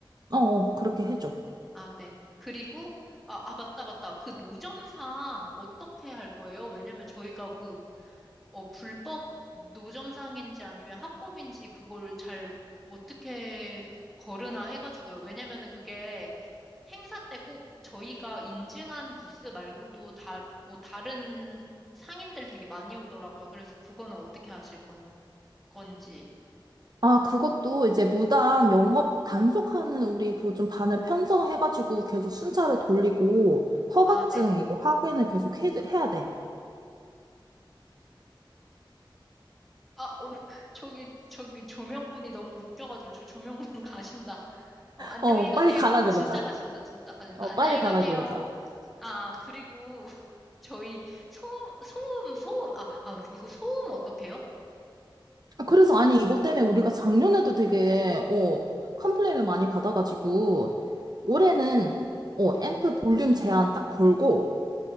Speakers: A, on the right (about 50°); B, in the centre.
A: 어, 어, 그렇게 해줘.
B: 아, 네. 그리고, 아, 아, 맞다, 맞다. 그 노점상 어떻게 할 거예요? 왜냐면 저희가 그, 어, 불법 노점상인지 아니면 합법인지 그걸 잘 어떻게 거르나 해가지고요. 왜냐면은 그게 행사 때 꼭 저희가 인증한 부스 말고도 다, 뭐 다른 상인들 되게 많이 오더라고요. 그래서 그거는 어떻게 하실 건, 건지.
A: 아, 그것도 이제 무단 영업 단속하는 우리 그 좀 반을 편성해가지고 계속 순찰을 돌리고 허가증
B: 아, 네.
A: 이거 확인을 계속 해, 해야 돼.
B: 아, 어, <laughs> 저기, 저기 조명분이 너무 웃겨가지고 저 조명분 <laughs> 가신다. 어, 안녕히
A: 어,
B: 가세요.
A: 빨리 가라
B: 어, 진짜
A: 그러자.
B: 가신다. 진짜 가신다.
A: 어,
B: 안녕히
A: 빨리 가라
B: 가세요.
A: 그러자.
B: 아, 그리고 <laughs> 저희 소음, 소음, 소음. 아, 아, 이거 소음 어떡해요?
A: 아, 그래서 아니 이것 때문에 우리가 작년에도 되게 어 컴플레인을 많이 받아가지고 올해는 어 앰프 볼륨 제한 딱 걸고